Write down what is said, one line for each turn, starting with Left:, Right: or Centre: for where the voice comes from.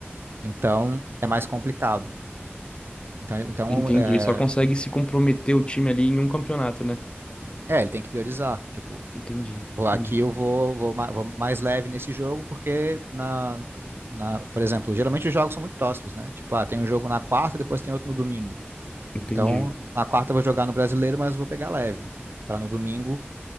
Right: Então, é mais complicado. Então, então
Left: Entendi.
Right: é,
Left: Só consegue se comprometer o time ali em um campeonato, né?
Right: é, ele tem que priorizar. Tipo,
Left: Entendi,
Right: vou,
Left: entendi,
Right: aqui eu vou, vou, ma- vou mais leve nesse jogo, porque na, na, por exemplo, geralmente os jogos são muito próximos, né? Tipo, ah, tem um jogo na quarta, depois tem outro no domingo.
Left: entendi.
Right: Então, na quarta eu vou jogar no brasileiro, mas vou pegar leve. Para no domingo,